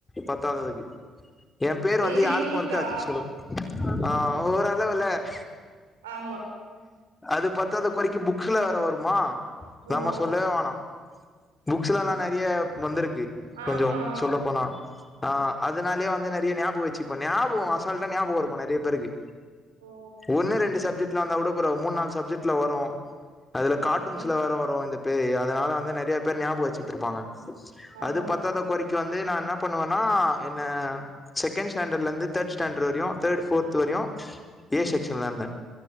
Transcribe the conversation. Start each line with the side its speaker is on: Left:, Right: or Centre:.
Left: பத்தாததுக்கு என் பேரு வந்து
Right: இது
Left: யாருக்கும்
Right: யூனிக்கா
Left: இருக்காது சொல்லு ஆஹ் <unintelligible>
Right: ஆமா
Left: அது பத்தாத குறைக்கும் புக்குல வேற வருமா நம்ம
Right: ஓ
Left: சொல்லவே வேனா புக்ஸ்லல்லாம் நறைய வந்திருக்கு க்கு கொஞ்சோ
Right: ஆமா
Left: சொல்ல போனா ஆஹ அதனாலயே வந்து நிறைய ஞாபம் வச்சுப்போம் ஞாபகம் அசல்ட்டா ஞாபகம் இருக்கும் நிறைய பேருக்கு
Right: ஓ
Left: ஒன்னும் ரெண்டு சப்ஜெக் வந்த கூடபராவுல மூணு நாலு சப்ஜெக்ட்ல வரும் அதுல
Right: ஓகே
Left: கார்ட்டூன்ஸ்ல வேற வரும் அ அதனால வந்து நிறைய பேர் ஞாபகம் வச்சுட்டு இருப்பாங்க
Right: ஆமா
Left: அது பத்தாதா குறைக்கி வந்து நான் என்ன பண்ணுவேன்ன என்ன சேகேன் சண்டல்லே இருந்து தேடுஸ் சண்டல் வரையும் தேடு பேர்து வரையும் ஏ செக்ஷன்ல இருந்தே